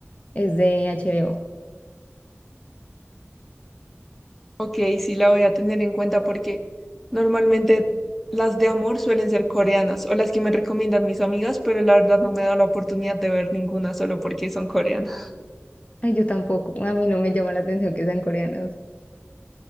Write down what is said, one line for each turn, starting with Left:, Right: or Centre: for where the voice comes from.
Left: Es de HBO.
Centre: Ok, sí la voy a tener en cuenta porque normalmente las de amor suelen ser coreanas o las que me recomiendan mis amigas, pero la verdad no me he dado la oportunidad de ver ninguna solo porque son coreanas.
Left: Ay, yo tampoco. A mí no me llama la atención que sean coreanos. <laughs>